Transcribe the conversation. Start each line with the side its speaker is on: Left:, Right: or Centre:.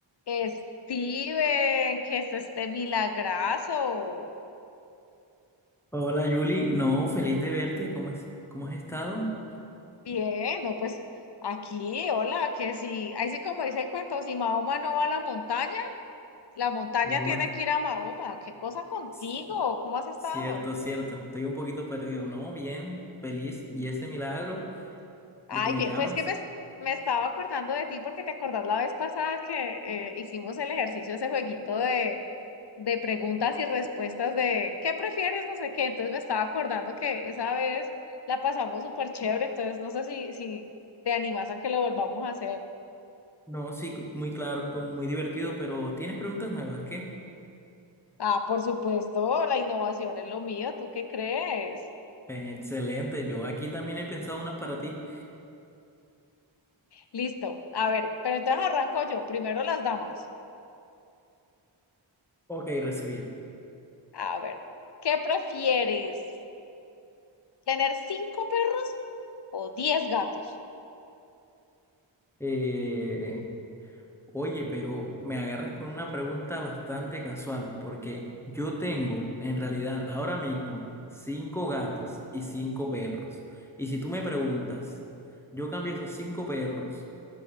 Left: Steven, que es este milagrazo?
Centre: Hola Yuli, no, feliz de verte, ¿cómo es? ¿Cómo has estado?
Left: Bien, no, pues aquí, hola, que si, ahí sí como dice el cuento, si Mahoma no va a la montaña, la montaña
Centre: No,
Left: tiene que ir a Mahoma. ¿Qué cosa contigo?
Centre: c-
Left: ¿Cómo has estado?
Centre: Cierto, cierto, estoy un poquito perdido, no, bien, feliz, y ese milagro
Left: Ay,
Centre: de que me
Left: bien,
Centre: llamas,
Left: pues que me, me estaba acordando de ti porque te acordás la vez pasada que eh, hicimos el ejercicio, ese jueguito de de preguntas y respuestas de ¿qué prefieres? No sé qué. Entonces me estaba acordando que esa vez la pasamos súper chévere, entonces no sé si, si te animas a que lo volvamos a hacer.
Centre: no, sí, cl- muy claro, o muy divertido, pero tienes preguntas nuevas, ¿qué?
Left: Ah, por supuesto, la innovación es lo mío, ¿tú qué crees?
Centre: Eh, Excelente, yo aquí también he pensado unas para ti.
Left: Listo, a ver, pero entonces arranco yo, primero las damas.
Centre: Ok, recibido.
Left: A ver, ¿qué prefieres? ¿Tener cinco perros o diez gatos?
Centre: Eh, Oye, pero me agarras con una pregunta bastante casual, porque yo tengo, en realidad, ahora mismo, cinco gatos y cinco perros. Y si tú me preguntas, yo cambio esos cinco perros